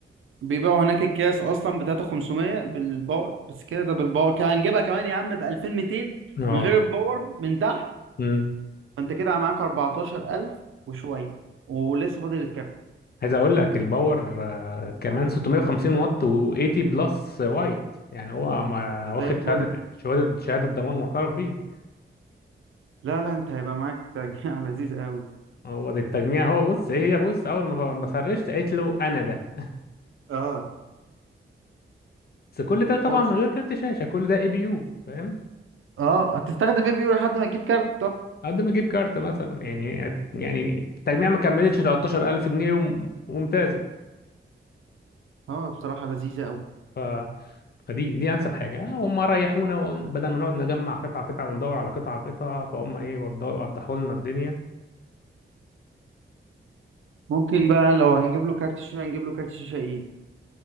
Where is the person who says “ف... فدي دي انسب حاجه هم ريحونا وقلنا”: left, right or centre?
Left